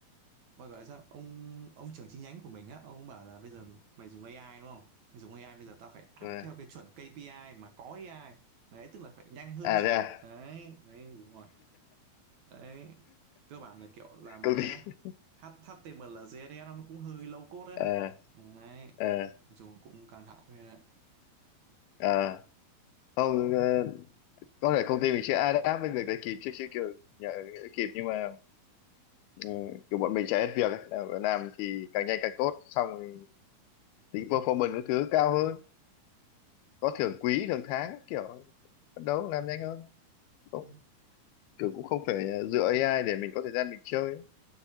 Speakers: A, on the right (about 60°); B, on the left (about 85°).
A: Gọi gọi là sao ông ông trưởng chi nhánh của mình á ông cũng bảo là bây giờ mày dùng AI đúng không mày dùng AI bây giờ tao phải áp
B: à,
A: theo cái chuẩn KPI mà có AI đấy tức là phải nhanh hơn
B: à
A: trước
B: thế à
A: đấy đấy đúng rồi. đấy cơ bản là kiểu là mấy
B: công
A: cái
B: ty
A: H- HTML CSS nó cũng hơi low code đấy
B: ờ
A: đấy
B: ờ
A: nói chung cũng căng thẳng phết đấy
B: ờ không ờ, có thể công ty mình sẽ adapt với việc đấy kịp chứ chứ kiểu nhờ, kịp nhưng mà ừ, kiểu bọn mình chạy hết việc ấy. làm làm thì càng nhanh càng tốt xong rồi tính performance các thứ cao hơn có thưởng quý thưởng tháng kiểu phấn đấu làm nhanh hơn không
A: Ừ.
B: kiểu cũng không phải ờ, dựa AI để mình có thời gian mình chơi ấy.